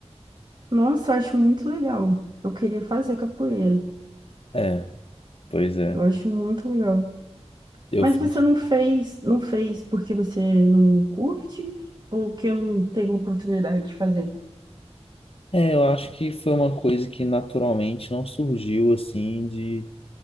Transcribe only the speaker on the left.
É, pois é.
Eu
fiz
É, eu acho que foi uma coisa que naturalmente não surgiu assim de,